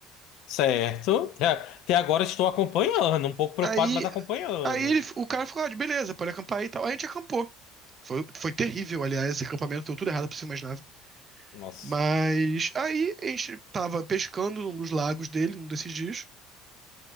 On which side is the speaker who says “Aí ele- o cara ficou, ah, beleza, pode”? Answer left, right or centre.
Right